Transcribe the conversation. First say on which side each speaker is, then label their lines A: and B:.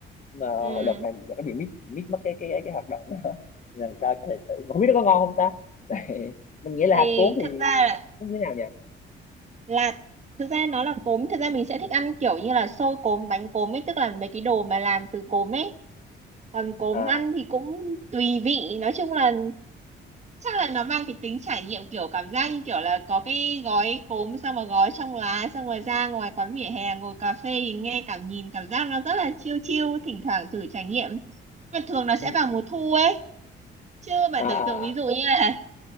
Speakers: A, on the left; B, on the right.
A: mà
B: ừ
A: đợt này đợt nó bị mít mít mất cái cái cái hợp đồng đó <laughs> lần sau chắc lại thử mà không biết nó có ngon không ta <laughs> Tại mình nghĩ là
B: thì
A: hạt cuốn thì
B: thực ra là,
A: nó như thế nào nhỉ
B: là thực ra nó là cốm thực ra mình sẽ thích ăn kiểu như là xôi cốm bánh cốm ấy tức là mấy cái đồ mà làm từ cốm ấy còn cốm
A: à,
B: ăn thì cũng tùy vị nói chung là chắc là nó mang cái tính trải nghiệm kiểu cảm giác như kiểu là có cái gói cốm xong rồi gói trong lá xong rồi ra ngoài quán vỉa hè ngồi cà phê thì nghe cảm nhìn cảm giác nó rất là chill chill thỉnh thoảng thử trải nghiệm mà thường nó sẽ
A: ừ,
B: vào
A: ừ,
B: mùa thu
A: ừ.
B: ấy chứ bạn
A: à, à,
B: tưởng tượng ví
A: à.
B: dụ như là